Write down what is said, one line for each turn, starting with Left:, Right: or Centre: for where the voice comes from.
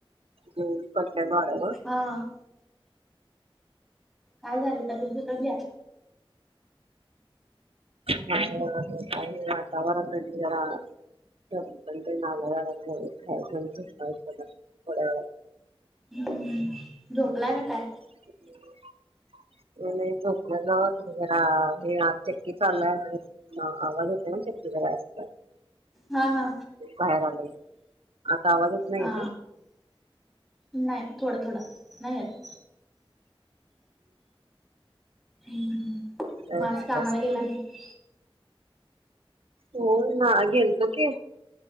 Right: हम बसल्या् बारवर.
Centre: हा, काय झालंता बिगडलीया?
Right: का तवाररा <unintelligible> <unintelligible> नाराज व्हायला, खायचं न झोपायच, थोड
Centre: ह् झोपलाय का काय?
Right: हम् <inaudible> नाही झोपलो ते जरा, हे आज चकी चालूया नी. हा आवाज होते ना ते त असत
Centre: हा हा
Right: बाहेर आलाय आता आवाज नाहीये
Centre: हा
Right: ना?
Centre: नाही थोडा थोडा नाही येत हम्
Right: काय
Centre: माझ
Right: म्हणतेस?
Centre: कामाला गेला नाही
Right: होय ना, गेलतो की.